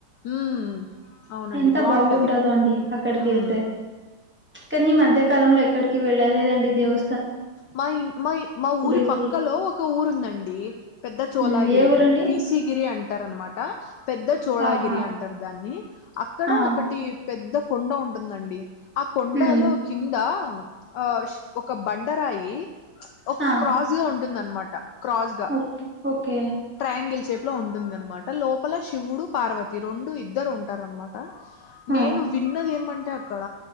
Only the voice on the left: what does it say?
ఉమ్ అవునండి
బాగుంటది
ఉమ్
మాయిన్, మాయి, మా
ఊరి, పక్కలో, ఒక, ఊరుందండి, ఇ. పెద్ద చోలాగిరి,
అని పీసిగిరి, అంటారు, అన్నమా. నా పెద్ద, చోళాగిరి,
అంటారు, దాన్ని, అక్కడ,
ఒకటి. పెద్ద కొండ, ఉంటుందండి, ఆ కొండలో,
కింద, అ షి ఒక బం. బండ రాయి, ఒక,
క్రాస్, గా ఉంటుందన్న, మాట, క్రాస్, గా.
ఎంగిల్ షేప్ లో, ఉంటుందన్నమాట, లోపల, శివుడు, పార్వతి, రొండు, ఇద్దరు, ఉంటారన్న, మాట.
నేను విన్నదేమం. అంటే, అక్కడ,